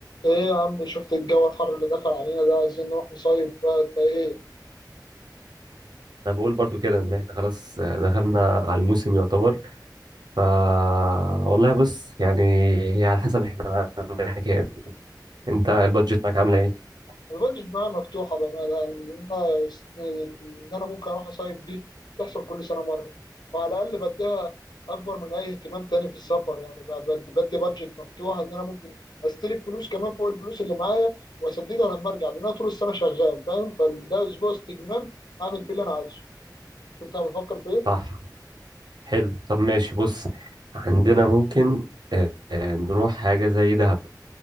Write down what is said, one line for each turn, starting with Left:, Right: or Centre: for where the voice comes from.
Left: ايه يا عم شفت الجو الحر اللي دخل علينا ده عايزين نروح نصيف بقى انت ايه
Right: انا بقول برضو كده ان احنا خلاص دخلنا على الموسم يعتبر ف والله بص يعني هي على حسب احنا معانا كام انت البادجت
Left: مم.
Right: معاك عامله ايه
Left: انا البادجت معايا مفتوحه بقى يعني ان انا ان انا ممكن اروح اصيف دي تحصل كل سنه مره وعلى الاقل بديها اكبر من اي اهتمام تاني في السفر يعني بقى بدي بدي بادجت مفتوحه ان انا ممكن استلف فلوس كمان فوق الفلوس اللي معايا واسددها لما ارجع لان انا طول السنه شغال فاهم فده اسبوع استجمام اعمل فيه اللي انا عايزه شفت انا بفكر في ايه؟
Right: صح حلو طب ماشي بص عندنا ممكن آه، آه، نروح حاجه زي دهب